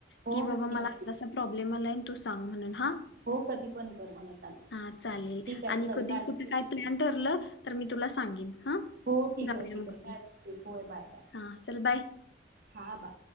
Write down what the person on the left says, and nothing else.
की बाबा
मला <unintelligible> सा प्रॉब्लेम आलाय तू सांग म्हणून हां
हा चालेल
आणि
कधी
कुठे
काय
प्लॅन ठरलं तर मी तुला सांगेन हा
जाऊया
मग
आपण
हां चल बाय.